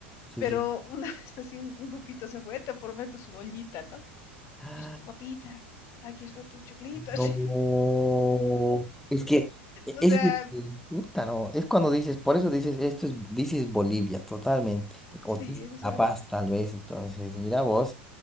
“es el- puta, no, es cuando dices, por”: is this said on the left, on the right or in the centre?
Centre